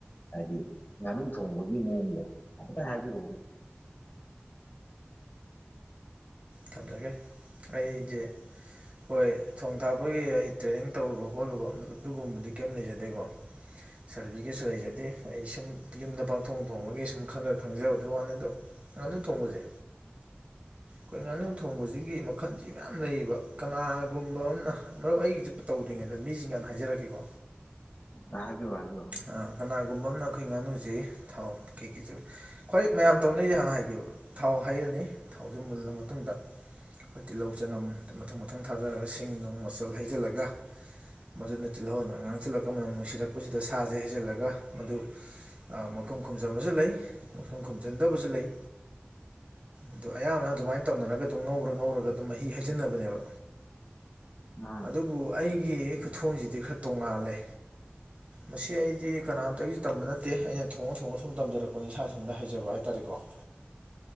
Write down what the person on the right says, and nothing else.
ꯊꯝꯖꯒꯦ ꯑꯩꯖꯦ ꯍꯣꯏ ꯊꯣꯡ ꯊꯥꯛꯄꯒꯤ ꯑꯩ ꯇ꯭ꯔꯦꯅꯤꯡ ꯇꯧꯔꯨꯕ ꯈꯣꯠꯂꯨꯕ ꯑꯗꯨꯒꯨꯝꯕꯗꯤ ꯀꯩꯝ ꯂꯩꯖꯗꯦꯀꯣ ꯁꯔꯇꯤꯐꯤꯀꯦꯠꯁꯨ ꯂꯩꯖꯗꯦ ꯑꯩ ꯁꯨꯝ ꯌꯨꯝꯗ ꯄꯪꯊꯣꯡ ꯊꯣꯡꯕꯒꯤ ꯁꯨꯝ ꯈꯔ ꯈꯪꯖꯕꯗꯨꯏ ꯋꯥꯅꯤ ꯑꯗꯨ ꯉꯥꯅꯨ ꯊꯣꯡꯕꯖꯦ ꯈꯣꯏ ꯉꯥꯅꯨ ꯊꯣꯡꯕꯖꯤꯒꯤ ꯃꯈꯟꯖꯤ ꯃꯌꯥꯝ ꯂꯩꯕ ꯀꯅꯥꯒꯨꯝꯕ ꯑꯝꯅ ꯃꯔꯨꯞ ꯑꯩꯒꯤꯖꯦ ꯇꯧꯗ꯭ꯔꯤꯉꯩꯗ ꯃꯤꯖꯤꯡꯒꯤ ꯍꯥꯟꯅ ꯍꯥꯏꯖꯔꯛꯀꯦꯀꯣ
ꯑꯥ ꯀꯅꯥꯒꯨꯝꯕ ꯑꯝꯅ ꯑꯈꯣꯏ ꯉꯥꯅꯨꯖꯤ ꯊꯥꯎ ꯀꯩꯀꯩꯁꯨ ꯈ꯭ꯋꯥꯏ ꯃꯌꯥꯝ ꯇꯧꯅꯩꯖꯤ ꯍꯥꯟꯅ ꯍꯥꯏꯒꯦꯕ ꯊꯥꯎ ꯍꯩꯔꯅꯤ ꯊꯥꯎꯖꯤ ꯃꯨꯜꯂ ꯃꯇꯨꯡꯗ ꯈꯣꯏ ꯇꯤꯜꯂꯧ ꯆꯅꯝ ꯗꯨ ꯃꯊꯪ ꯃꯊꯪ ꯊꯥꯗꯔꯒ ꯁꯤꯡ ꯅꯨꯡ ꯃꯆꯜ ꯍꯩꯖꯤꯜꯂꯒ ꯃꯗꯨꯅ ꯇꯤꯜꯍꯧ ꯉꯥꯡꯖꯤꯜꯂꯛꯄ ꯃꯅꯝ ꯅꯨꯡꯁꯤꯔꯛꯄꯖꯤꯗ ꯁꯥꯖꯦ ꯍꯩꯖꯤꯜꯂꯒ ꯃꯗꯨ ꯑ ꯃꯈꯨꯝ ꯈꯨꯝꯖꯕꯁꯨ ꯂꯩ ꯃꯈꯨꯝ ꯈꯨꯝꯖꯟꯗꯕꯁꯨ ꯂꯩ ꯑꯗꯨ ꯑꯌꯥꯝꯕꯅ ꯑꯗꯨꯝꯃꯥꯏ ꯇꯧꯅꯔꯒ ꯑꯗꯨꯝ ꯉꯧꯔ ꯉꯧꯔꯒ ꯑꯗꯨꯝ ꯃꯍꯤ ꯍꯩꯖꯟꯅꯕꯅꯦꯕ
ꯑꯗꯨꯕꯨ ꯑꯩꯒꯤ ꯈꯨꯊꯣꯡꯖꯤꯗꯤ ꯈꯔ ꯇꯣꯡꯉꯥꯜꯂꯦ ꯃꯁꯤ ꯑꯩꯗꯤ ꯀꯅꯥꯝꯇꯒꯤ ꯇꯝꯕ ꯅꯠꯇꯦ ꯑꯩꯅ ꯊꯣꯡꯉ ꯊꯣꯡꯉ ꯁꯨꯝ ꯇꯝꯖꯔꯛꯄꯅꯤ ꯏꯁꯥ ꯏꯊꯟꯗ ꯍꯩꯖꯕ ꯍꯥꯏꯇꯥꯥꯔꯦꯀꯣ